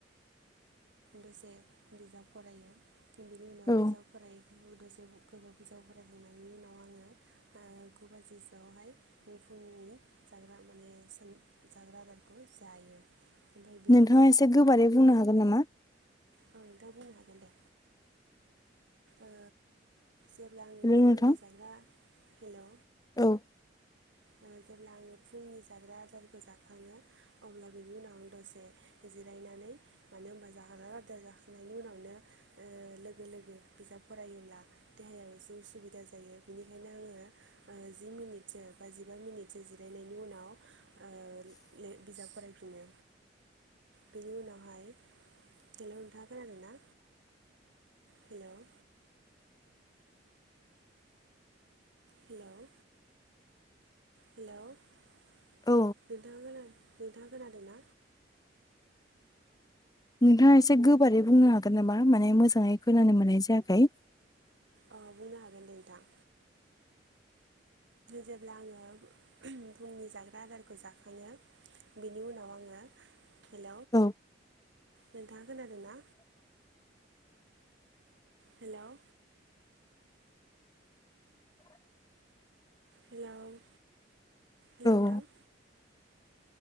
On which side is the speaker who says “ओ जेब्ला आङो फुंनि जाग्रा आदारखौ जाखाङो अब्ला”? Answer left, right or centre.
Right